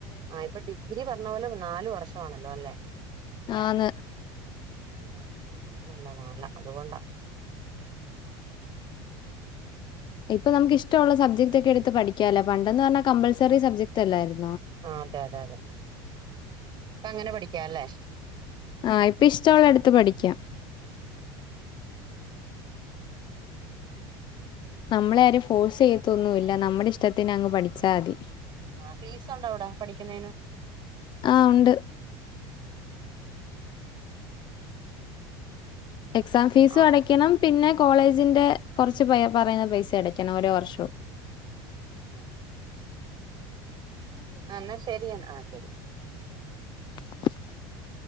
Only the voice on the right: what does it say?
ആഹ് ഇപ്പൊ ഡിഗ്രി പറഞ്ഞ പോലെ നാല് വർഷാണല്ലോല്ലെ
ആഹ് ആഹ് മൂന്നല്ല നാലാ അതുകൊണ്ടാ
ആ അതെ അതെ അതെ ഇപ്പ അങ്ങനെ പഠിക്കാല്ലേ
ആ ഫീസുണ്ടോ അവിടാ പഠിക്കുന്നതിന്
ആ
ആ എന്നാ ശരിയ ആ ശരി